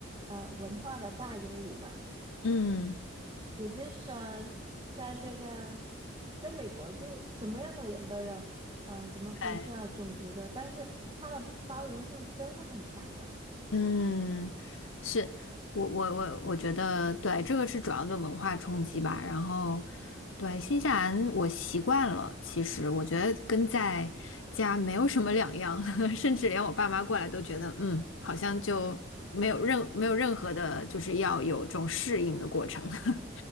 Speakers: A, on the right (about 25°); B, on the left (about 85°).
A: 呃文化的大熔炉嘛。
B: 嗯。
A: 也就是说，在这个，在美国就什么样的人都有，呃，什么肤色啊、
B: 对。
A: 种族的，但是它的包容性真的很强的。
B: 嗯，是我我我我觉得对，这个是主要的文化冲击吧。然后，对新西兰我习惯了，其实我觉得跟在家没有什么两样，<laughs> 甚至连我爸妈过来都觉得，嗯，好像就没有任没有任何的，就是要有这种适应的过程。<laughs>